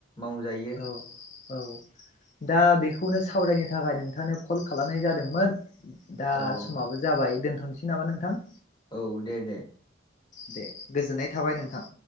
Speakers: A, on the left; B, on the left.
A: मावजायो।
B: औ औ दा बेखौनो सावरायनो थाखाय नोंथांनो कल खालामनाय जादोंमोन दा
A: औ
B: समाबो जाबाय दोनथ'नोसै नामा नोंथां।
A: औ दे दे।
B: दे गोजोननाय थाबाय नोंथां।